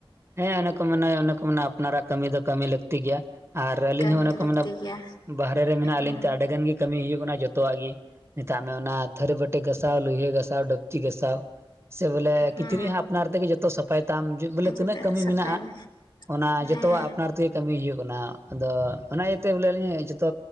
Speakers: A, on the right; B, on the left.
A: ᱦᱮᱸ ᱚᱱᱮ ᱠᱚ ᱢᱮᱱᱟ ᱚᱱᱮ ᱠᱚ ᱢᱮᱱᱟ ᱟᱯᱱᱟᱨᱟᱜ ᱠᱟᱹᱢᱤ ᱫᱚ ᱠᱟᱹᱢᱤ ᱞᱟᱹᱠᱛᱤ ᱜᱮᱭᱟ᱾ ᱟᱨ ᱟᱹᱞᱤᱧ
B: ᱠᱟᱹᱢᱤ
A: ᱦᱚᱸ ᱚᱱᱮ ᱠᱚ
B: ᱞᱟᱹᱠᱛᱤ
A: ᱢᱮᱱᱟ
B: ᱜᱮᱭᱟ
A: ᱵᱟᱦᱨᱮ ᱨᱮ ᱢᱮᱱᱟᱜ
B: ᱦᱩᱸ
A: ᱞᱤᱧ ᱛᱮ ᱟᱹᱰᱤ ᱜᱟᱱ ᱜᱤ ᱠᱟᱹᱢᱤ ᱦᱩᱭᱩᱜ ᱠᱟᱱᱟ ᱡᱚᱛᱚᱣᱟᱜ ᱜᱤ ᱢᱮᱛᱟᱜ ᱢᱮ ᱚᱱᱟ ᱛᱷᱟᱹᱨᱤ ᱵᱟᱹᱴᱤ ᱜᱟᱥᱟᱣ ᱞᱩᱭᱦᱟᱹ ᱜᱟᱥᱟᱣ ᱰᱟᱹᱠ ᱴᱤ ᱜᱟᱥᱟᱣ ᱥᱮ ᱵᱚᱞᱮ
B: ᱦᱩᱸ
A: ᱠᱤᱪᱨᱤᱡ ᱟᱯᱱᱟᱨ ᱛᱮᱜᱮ ᱡᱚᱛᱚ ᱥᱟᱯᱷᱟᱭ ᱛᱟᱢ᱾ ᱵᱚᱞᱮ
B: ᱡᱚᱛᱚ
A: ᱛᱤᱱᱟᱹᱜ ᱠᱟᱹᱢᱤ
B: ᱥᱟᱯᱷᱟᱭ
A: ᱢᱮᱱᱟᱜᱼᱟ
B: ᱢᱮ
A: ᱚᱱᱟ ᱡᱚᱛᱚᱣᱟᱜ
B: ᱦᱮᱸ
A: ᱟᱯᱱᱟᱨ ᱛᱮ ᱠᱟᱹᱢᱤ ᱦᱩᱭᱩᱜ ᱠᱟᱱᱟ ᱟᱫᱚ ᱚᱱᱟ ᱤᱭᱟᱹᱛᱮ ᱵᱚᱞᱮ ᱟᱹᱞᱤᱧ ᱡᱚᱛᱚ